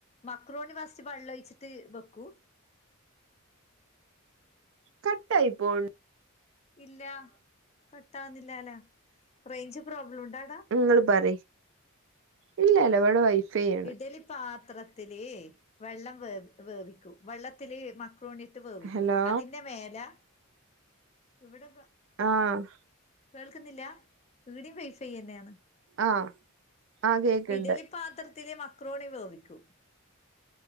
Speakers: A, on the left; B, on the right.
A: മക്രോണി ഫസ്റ്റ് വെള്ളം ഒഴിച്ചിട്ട് വെക്കൂ
B: കട്ടായി ഫോൺ
A: ഇല്ല കട്ട് ആവുന്നില്ലാലോ റേഞ്ച് പ്രോബ്ലം ഉണ്ടായൊടാ
B: നിങ്ങള് പറയ് ഇല്ലല്ലോ ഇവിടെ വൈഫൈയ്
A: ഇഡ്ഡലി പാത്രത്തില് വെള്ളം വേവ് വേവിക്കു വെള്ളത്തില് മക് മക്രോണിയിട്ട് വേവിക്കും
B: ഹലോ
A: അതിന്റെ മേലാ ഇവടെ
B: ആഹ്
A: കേൾക്കുന്നില്ല ഇവിടെയും വൈഫൈ തന്നെയാണ്
B: ആഹ് ആഹ് കേക്കണ്ട്
A: ഇഡലി പാത്രത്തില് മക്രോണി വേവിക്കു